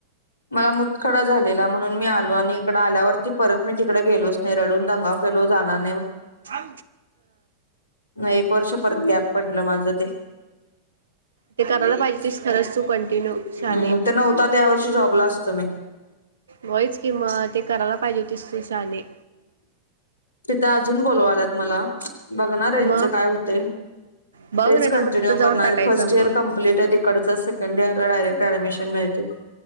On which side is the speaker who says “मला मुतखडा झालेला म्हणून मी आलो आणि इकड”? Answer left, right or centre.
Left